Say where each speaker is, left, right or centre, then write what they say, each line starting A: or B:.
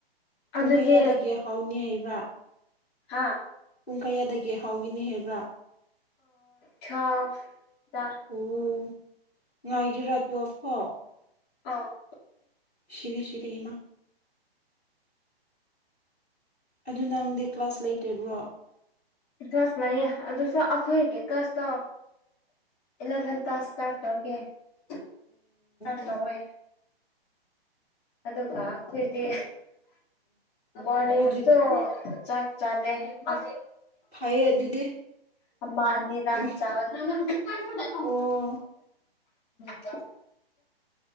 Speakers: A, on the left; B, on the left.
A: ꯄꯨꯡ
B: ꯑꯗꯨꯗꯤ
A: ꯀꯌꯥꯗꯒꯤ ꯍꯥꯎꯅꯤ ꯍꯥꯏꯕ
B: ꯍꯥꯥ
A: ꯄꯨꯡ ꯀꯌꯥꯗꯒꯤ ꯍꯥꯎꯈꯤꯅꯤ ꯍꯥꯏꯕ꯭ꯔꯥ
B: ꯊ ꯗ
A: ꯑꯣ ꯉꯥꯏꯒꯤꯔꯥꯗꯤꯣꯐ
B: ꯑꯥ <unintelligible> <inaudible>
A: ꯁꯤꯔꯤ ꯁꯤꯔꯤ ꯏꯃ ꯑꯗꯨ ꯅꯪꯗꯤ ꯀ꯭ꯂꯥꯁ ꯂꯩꯇꯕ꯭ꯔꯣ
B: ꯀ꯭ꯂꯥꯁ ꯂꯌꯦ ꯑꯗꯨꯁꯨ ꯑꯩꯈꯣꯏꯒꯤ ꯀ꯭ꯂꯥꯁꯇꯣ ꯏꯂꯚꯦꯟ ꯇꯥ ꯏꯁꯇꯥꯔꯠ ꯇꯧꯒꯦ ꯏꯁꯇꯥꯔ
A: ꯎꯝ
B: ꯇꯧꯋꯦ ꯑꯗꯨꯒ ꯑꯩꯈꯣꯏꯗꯤ ꯃꯣꯔꯅꯤꯡꯁꯨ
A: ꯑꯗꯨ
B: ꯆꯥꯛ ꯆꯥꯇꯦ ꯑꯣ
A: ꯐꯩꯌꯦ ꯑꯗꯨꯗꯤ
B: ꯑꯃ ꯑꯅꯤꯔꯥ
A: ꯎꯝ
B: ꯆꯥꯎꯑꯦ ꯭ꯔꯥꯁ ꯅ
A: ꯑꯣ
B: ꯀ <inaudible>